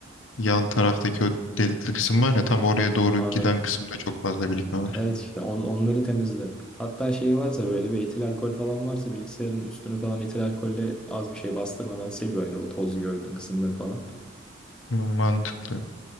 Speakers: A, on the left; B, in the centre.
A: yan taraftaki o delikli kısım var ya tam oraya doğru
B: Anladım.
A: giden kısımda çok fazla birikme var.
B: Evet işte on, onları temizle. Hatta şey varsa böyle bir etil alkol falan varsa bilgisayarın üstünü falan etil alkolle az bir şey bastırmadan sil böyle o tozlu gördüğün kısımları falan.
A: Mantıklı.